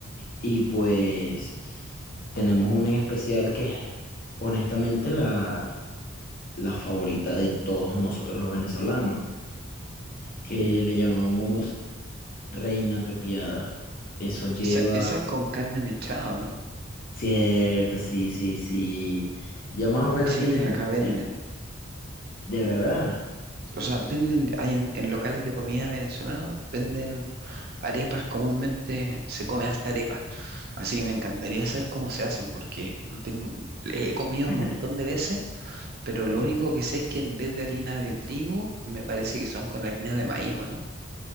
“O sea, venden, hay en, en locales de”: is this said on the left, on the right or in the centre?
Right